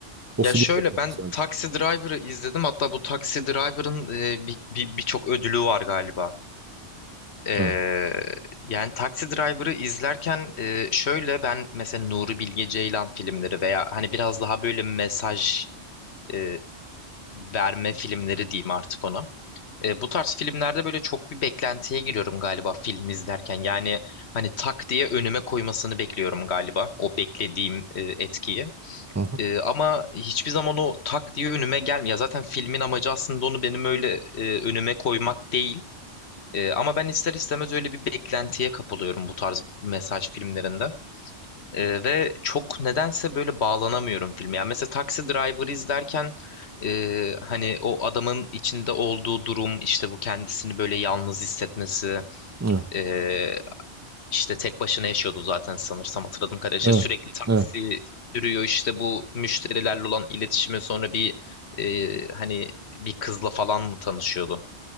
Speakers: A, on the right; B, on the left.
A: O
B: Ya
A: film
B: şöyle
A: de çok
B: ben
A: güzel.
B: Taxi Driver'ı izledim. Hatta bu Taxi Driver'ın e, bir, bir, birçok ödülü var galiba. Ee,
A: Evet.
B: yani Taxi Driver'ı izlerken e, şöyle ben mesela Nuri Bilge Ceylan filmleri veya hani biraz daha böyle mesaj e, verme filmleri diyeyim artık ona. E, bu tarz filmlerde böyle çok bir beklentiye giriyorum galiba film izlerken. Yani hani tak diye önüme koymasını bekliyorum galiba. O beklediğim e, etkiyi.
A: Hı
B: E, ama hiçbir zaman o tak diye önüme gelmiyor. Ya Zaten filmin amacı aslında onu benim öyle e, önüme koymak değil. E, ama ben ister istemez öyle bir beklentiye kapılıyorum bu tarz mesaj filmlerinde. Ee, ve çok nedense böyle bağlanamıyorum filme. Yani mesela Taxi Driver izlerken e, hani o adamın içinde olduğu durum işte bu kendisini böyle yalnız hissetmesi
A: Evet.
B: e, işte tek başına yaşıyordu zaten sanırsam hatırladım kadarıyla. İşte
A: Evet.
B: sürekli taksi
A: Evet.
B: sürüyor işte bu müşterilerle olan iletişimi sonra bir e, hani bir kızla falan mı tanışıyordu